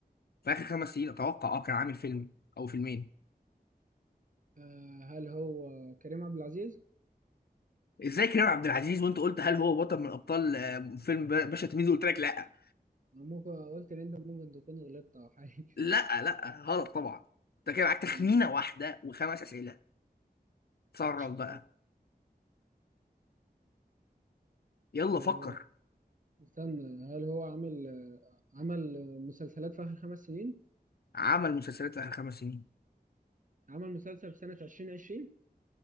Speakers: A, on the left (about 70°); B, on the right (about 50°).
A: في آخر خمس سنين أتوقع أه كان عامل فيلم أو فيلمين
B: آه، هل هو كريم عبد العزيز؟
A: إزاي كريم عبد العزيز وأنت قلت هل هو بطل من أبطال آه، فيلم ب- باشا تلميذ قلت لك لأ
B: أنا ممكن قلت إن أنت ممكن تكون غلطت أو حاجة
A: لأ لأ غلط طبعا أنت كده معاك تخمينة
B: <laughs>
A: واحدة وخمس أسئلة تصرف بقى
B: آه،
A: يلا
B: آه،
A: فكر
B: استنى هل هو عمل عمل مسلسلات في آخر خمس سنين؟
A: عمل مسلسلات في آخر خمس سنين
B: عمل مسلسل في سنة 2020